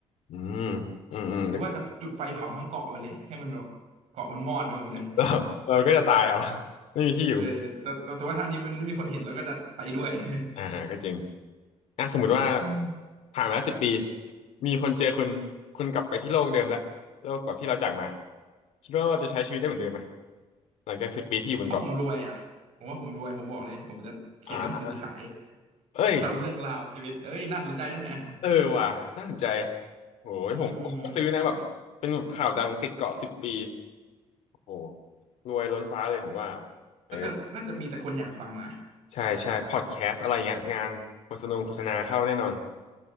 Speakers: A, on the left; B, on the right.
A: อืมอืมอืม
B: อ่าหรือว่าจะจุดไฟเผาทั้งเกาะไปเลยให้มันแบบเกาะมันมอดไปหมดเลย
A: เราเราก็จะตายเอา <laughs> ไม่มีที่อยู่
B: <laughs> เออแต่แต่แต่ว่าท่านี้มันไม่มีคนเห็นแล้วก็จะไปด้วย
A: อ่าอ่าก็จริง
B: <laughs>
A: อ่ะสมมติว่า
B: อืม
A: ผ่านมาแล้วสิบปีมีคนเจอคุณคุณกลับไปที่โลกเดิมละโลกแบบที่เราจากมาคิดว่าเราจะใช้ชีวิตได้เหมือนเดิมไหมหลังจากสิบปีที่อยู่บนเกาะ
B: ผมว่าผมรวยอ่ะผมว่าผมรวยผมบอกเลยผมจะเขียนหนังสือขาย
A: อ่าเอ้ย
B: เล่าเรื่องราวชีวิตเอ้ยน่าสนใจนะเนี่ย
A: เออว่ะน่าสนใจโหยผมผมก็ซื้อนะแบบเป็นแบบข่าวดังติดเกาะสิบปี
B: อืม
A: โอ้โหรวยล้นฟ้าเลยผมว่าเออ
B: น่าจะน่าจะมีแต่คนอยากฟังอ่ะ
A: ใช่ใช่พอดแคสต์อะไรเงี้ยงานโฆษณาโฆษณาเข้าแน่นอน